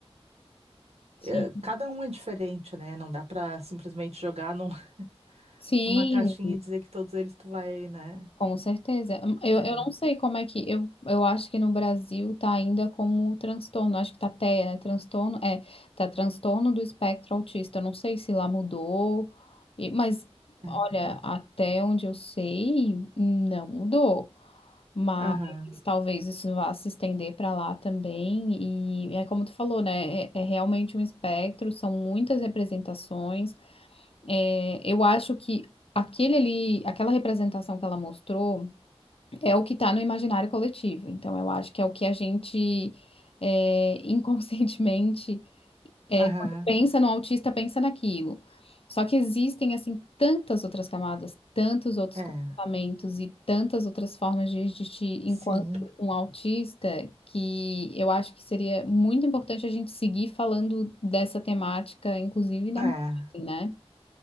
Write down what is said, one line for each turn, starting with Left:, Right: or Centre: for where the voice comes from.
Left: sim.
Right: é, cada um é diferente, né? Não dá pra simplesmente jogar num- <laughs>
Left: Sim,
Right: numa caixinha e dizer que todos eles tu vai, né?
Left: com certeza. Eu,
Right: É,
Left: eu não sei como é que. Eu, eu acho que no Brasil tá ainda como transtorno. Acho que tá até, né? Transtorno. É, tá transtorno do espectro autista. Eu não sei se lá mudou. e- mas,
Right: é.
Left: olha, até onde eu sei, não mudou. Mas
Right: Aham,
Left: talvez isso vá se estender para lá também. E é como tu falou, né? é é realmente um espectro, são muitas representações. É, eu acho que aquele ali, aquela representação que ela mostrou é o que está no imaginário coletivo. Então, eu acho que é o que a gente é, <laughs> inconscientemente, é,
Right: aham,
Left: quando pensa no autista, pensa naquilo. Só que existem, assim, tantas outras camadas, tantos outros
Right: é,
Left: comportamentos e tantas outras formas de agir
Right: sim,
Left: enquanto um autista, que eu acho que seria muito importante a gente seguir falando dessa temática, inclusive na
Right: é.
Left: mídia, assim, né?